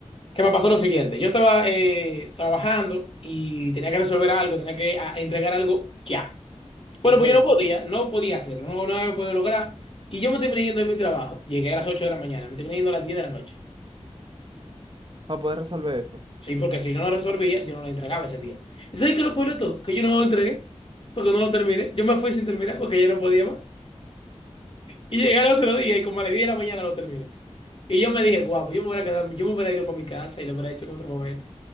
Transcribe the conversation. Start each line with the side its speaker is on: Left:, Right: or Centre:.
Left: ¿Qué me pasó lo siguiente? Yo estaba eh, trabajando y tenía que resolver algo, tenía que ah, entregar algo ya. Bueno,
Right: urgente,
Left: pues yo no podía, no podía hacerlo, no, no había podido lograr. Y yo me terminé yendo de mi trabajo. Llegué a las 8 de la mañana, me terminé yendo a las 10 de la noche.
Right: para poder resolver eso.
Left: Sí, porque si yo no resolvía, yo no la entregaba ese día. ¿Y sabes qué es lo peor de todo? Que yo no lo entregué, porque no lo terminé. Yo me fui sin terminar, porque ya no podía más. Y llegué al otro día, y como a las 10 de la mañana lo terminé. Y yo me dije, guau, pues yo me hubiera quedado, yo me hubiera ido para mi casa y lo hubiera hecho en otro momento.